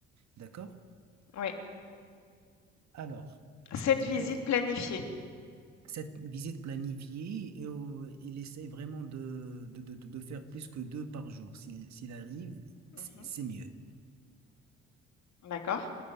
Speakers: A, on the right; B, on the left.
A: d'accord?
B: oui.
A: Alors.
B: Cette visite
A: euh,
B: planifiée.
A: cette visite planifiée et euh, il essaie vraiment de, de, de, de- faire plus que deux par jour. S'il, s'il arrive, c'est
B: Mhm.
A: c'est mieux.
B: D'accord.